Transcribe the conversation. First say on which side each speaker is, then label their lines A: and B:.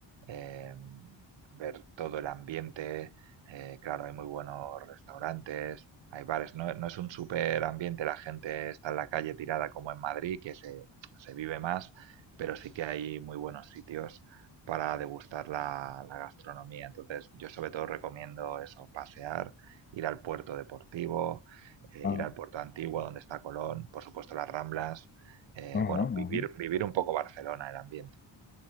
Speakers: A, on the right; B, on the left.
A: eh, ver todo el ambiente, eh, claro, hay muy buenos restaurantes, hay bares, no, no es un súper ambiente, la gente está en la calle tirada como en Madrid, que se, se vive más, pero sí que hay muy buenos sitios para degustar la, la gastronomía. Entonces, yo sobre todo recomiendo eso, pasear, ir al puerto deportivo eh,
B: ajá,
A: ir al puerto de Antigua donde está Colón, por supuesto las Ramblas, eh,
B: ajá,
A: bueno,
B: ajá.
A: vivir, vivir un poco Barcelona, el ambiente.